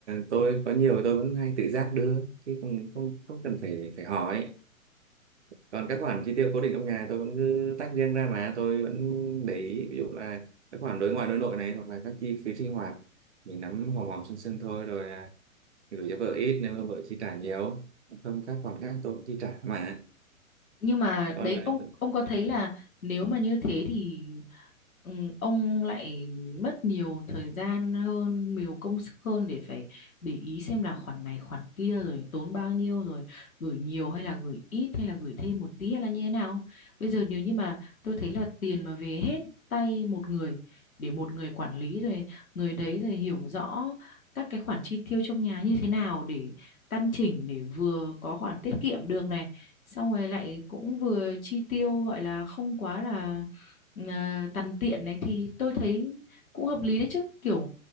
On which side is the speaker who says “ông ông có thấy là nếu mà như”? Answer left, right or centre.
Left